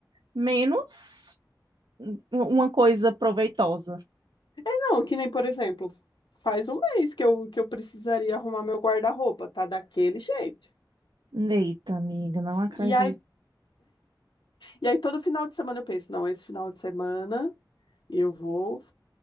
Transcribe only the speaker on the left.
Não, que nem, por exemplo, faz um mês que eu, que eu precisaria arrumar meu guarda-roupa, tá daquele jeito.
E aí, e aí todo final de semana eu penso, não, esse final de semana eu vou,